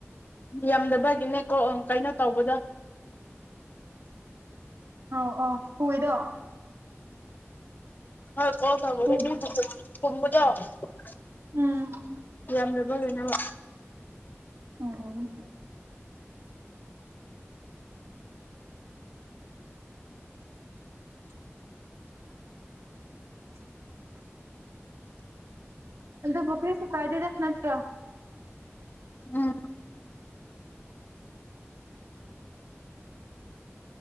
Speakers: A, on the left; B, on the right.
A: ꯌꯥꯝꯗꯕꯒꯤꯅꯦꯀꯣ ꯀꯩꯅꯣ ꯇꯧꯕꯗꯣ
B: <inaudible> ꯑꯧ ꯑꯧ ꯊꯨꯏꯗꯣ
A: ꯍꯣꯏ ꯀꯣꯜ ꯇꯧꯕꯗ
B: ꯊꯨ
A: ꯃꯤꯕꯨ <unintelligible>
B: ꯎꯝ
A: ꯌꯥꯝꯗꯕꯒꯤꯅꯦꯕ
B: ꯎꯝ <inaudible> ꯑꯗꯨꯕꯨ ꯀꯔꯤꯁꯨ ꯀꯥꯏꯗꯦꯗ ꯅꯠꯇ꯭ꯔꯣ
A: ꯎꯝ